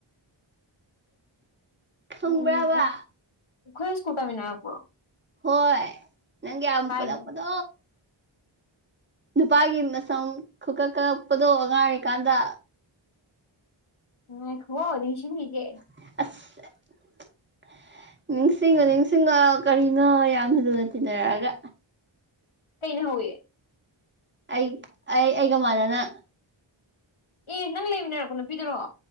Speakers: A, on the right; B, on the left.
A: ꯊꯨꯝꯕ꯭ꯔꯥꯕ
B: ꯎꯝ ꯑꯩꯈꯣꯏ ꯁ꯭ꯀꯨꯜ ꯇꯝꯃꯤꯟꯅꯔꯛꯄ꯭ꯔꯣ
A: ꯍꯣꯏ ꯅꯪꯒ ꯌꯥꯝ
B: ꯀꯥꯏꯗꯒꯤ
A: ꯄꯨꯂꯛꯄꯗꯣ ꯅꯨꯄꯥꯒꯤ ꯃꯁꯝ ꯈꯨꯀꯛ ꯀꯛꯄꯗꯣ ꯑꯉꯥꯡ ꯑꯣꯏꯔꯤꯀꯥꯟꯗ
B: ꯉꯥꯏꯈꯨꯋꯣ ꯅꯤꯡꯁꯤꯡꯒꯤꯒꯦ
A: <inaudible> ꯅꯤꯡꯁꯤꯡꯉꯣ ꯅꯤꯡꯁꯤꯡꯉꯣ ꯀꯔꯤꯅꯣ ꯌꯥꯝꯅ ꯂꯨꯅ ꯇꯤꯟꯅꯔꯛꯑꯒ
B: ꯀꯩꯩꯅ ꯍꯧ ꯋꯤ
A: ꯑꯩ ꯑꯩ ꯑꯩꯒ ꯃꯥꯟꯅꯅ
B: ꯑꯦ ꯅꯪ ꯂꯩꯃꯤꯟꯅꯔꯛꯄ ꯅꯨꯄꯤꯗꯨꯔꯣ